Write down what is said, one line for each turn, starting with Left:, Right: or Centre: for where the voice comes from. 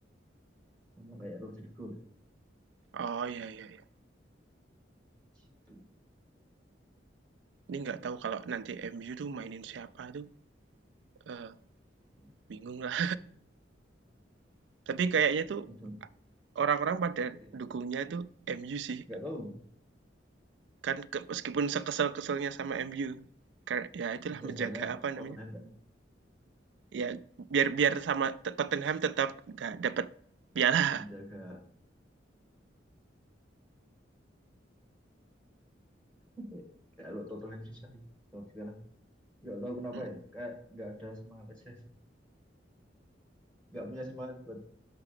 Centre: sama kayak Rodrigo lah
Right: oh, iya iya iya.
Centre: gitu.
Right: Ini nggak tahu kalau nanti MU tuh mainin siapa tuh, eee,
Centre: Ya,
Right: bingung lah. <laughs> Tapi kayaknya tuh
Centre: langsung.
Right: a orang-orang pada
Centre: Ya,
Right: dukungnya tuh MU sih,
Centre: Enggak tahu.
Right: kan ke meskipun sekesel-keselnya sama MU, kayak ya itulah
Centre: Ya,
Right: menjaga
Centre: soalnya
Right: apa
Centre: Tottenham
Right: namanya,
Centre: kan
Right: ya biar biar sama Tot Tottenham tetap nggak dapet piala.
Centre: menjaga Eh, Kalau Tottenham susah sih kalau kalah. Nggak tahu kenapa
Right: Mhm,
Centre: ya. Kayak nggak ada semangat aja sih. Nggak punya semangat buat